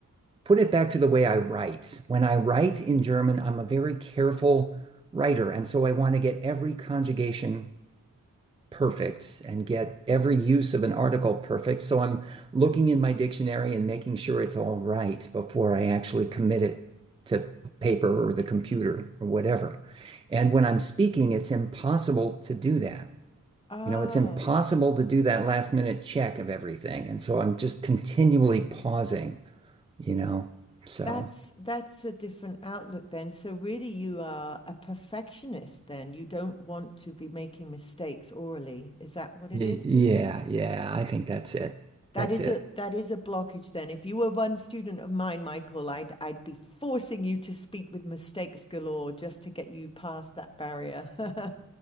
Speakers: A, on the right (about 15°); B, on the left (about 15°).
A: put it back to the way I write. When I write in German, I'm a very careful writer. And so I want to get every conjugation perfect and get every use of an article perfect. So I'm looking in my dictionary and making sure it's all right before I actually commit it to paper or the computer or whatever. And when I'm speaking, it's impossible to do that.
B: Oh,
A: You know, it's impossible to do that last minute check of everything. And so I'm just continually pausing, you know. So
B: that's that's a different outlook then. So really, you are a perfectionist then. You don't want to be making mistakes orally. Is that what it
A: Y-
B: is,
A: Yeah,
B: do you think?
A: yeah, I think that's it.
B: That
A: That's
B: is
A: it.
B: a that is a blockage then. If you were one student of mine, Michael, I'd I'd be forcing you to speak with mistakes galore just to get you past that barrier. <laughs>